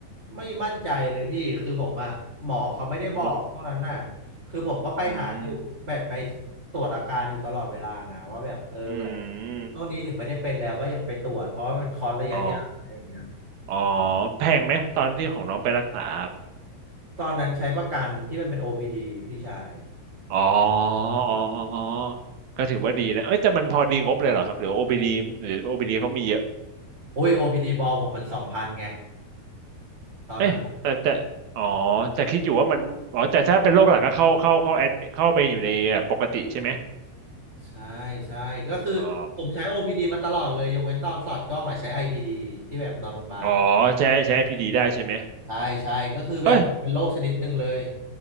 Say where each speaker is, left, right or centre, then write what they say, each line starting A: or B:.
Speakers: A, on the right; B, on the right.
A: ไม่มั่นใจเลยพี่คือผมอะหมอเขาไม่ได้บอกเท่านั้นน่ะ
B: เหมือน
A: คือผมก็ไปหาอยู่แบบไป
B: อืม
A: ตรวจอาการอยู่ตลอดเวลานะว่าแบบเออแบบ
B: อืม
A: ช่วงนี้ถึงไม่ได้เป็นแล้วก็ยังไปตรวจเพราะว่ามันเป็นคอร์สระยะยาวอะไรอย่างเงี้ย
B: อ๋ออ๋อแพงไหมตอนที่ของน้องไปรักษาครับ
A: ตอนนั้นใช้ประกันที่มันเป็น OPD พีดีพี่ชาย
B: อ๋ออ๋ออ๋ออ๋อก็ถือว่าดีนะ เอ้ยแต่มันพอดีงบเลยเหรอครับหรือ OPD หรือโอพีดีเขามีเยอะ
A: โอ้ย OPD บอลผมมันสองพันไงตอนนั้นน่ะ
B: เอ้ยแต่แต่อ๋อแต่คิดอยู่ว่ามัน อ๋อแต่ถ้าเป็นโรคหลักก็เข้าเข้าเข้าแอดเข้าไปอยู่ในแบบปกติใช่ไหม
A: ใช่ใช่ก็คือผมใช้
B: อ๋อ
A: OPD มาตลอดเลยยกเว้นตอนสอดกล้องอะใช้ IPD ที่แบบนอนโรงพยาบาลอะ
B: อ๋อใช้ใช้ PD ได้ใช่ไหม
A: ใช่ใช่ก็คือแบบมันเป็นโรคชนิดหนึ่งเลย
B: เอ้ย